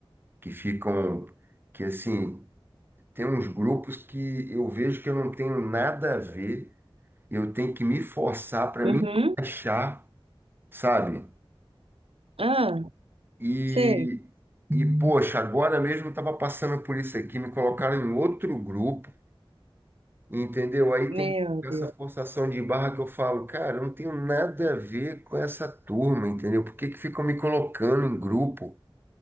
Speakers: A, on the right; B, on the right.
A: que ficam, que assim, tem uns grupos que eu vejo que eu não tenho nada a ver, eu tenho que me forçar para
B: Uhum.
A: me achar, sabe?
B: Ah,
A: E,
B: sei.
A: e poxa, agora mesmo eu estava passando por isso aqui, me colocaram em outro grupo Entendeu? Aí
B: Meu
A: tem que ficar
B: Deus.
A: essa forçação de barra que eu falo, cara, eu não tenho nada a ver com essa turma, entendeu? Por que que ficam me colocando em grupo,